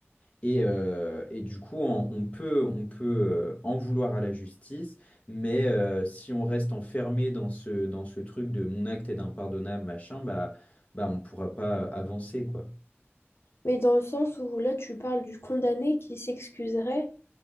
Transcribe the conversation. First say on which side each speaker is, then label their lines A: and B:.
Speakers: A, on the left (about 30°); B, on the left (about 65°).
A: Et, euh, et du coup, on, on peut, on peut euh, en vouloir à la justice, mais euh, si on reste enfermé dans ce, dans ce truc de mon acte est impardonnable, machin, bah, bah on ne pourra pas avancer, quoi.
B: Mais dans le sens où là tu parles du condamné qui s'excuserait,